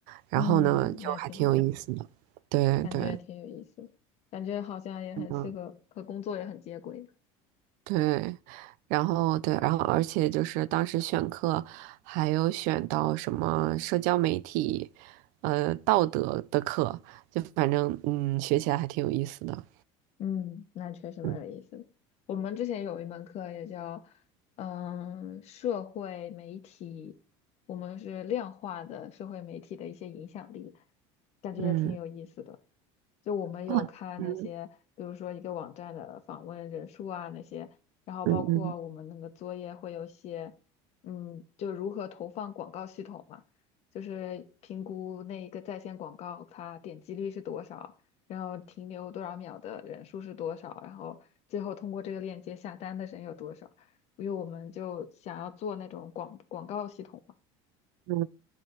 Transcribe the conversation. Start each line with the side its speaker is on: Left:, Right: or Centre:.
Right: 然后呢就还挺有意思的。
Left: 嗯，那挺好的
Right: 对对，
Left: 感觉挺有意思的感觉好像也很适合和工作也很接轨。
Right: 嗯对，然后对，然后而且就是当时选课还有选到什么社交媒体，呃道德的课，就反正嗯学起来还挺有意思的。
Left: 嗯，那确实蛮有意思的我们之前有一门课也叫，
Right: 嗯
Left: 嗯，社会媒体，我们是量化的社会媒体的一些影响力，感觉也挺有意思的。
Right: 嗯
Left: 就我们有看那些，
Right: 哦嗯
Left: 比如说一个网站的访问人数啊那些，然后包括我们那个作业会有写，
Right: 嗯嗯。
Left: 嗯，就如何投放广告系统嘛，就是评估那一个在线广告它点击率是多少。然后停留多少秒的人数是多少，然后最后通过这个链接下单的人有多少。因为我们就想要做那种广广告系统嘛，
Right: 嗯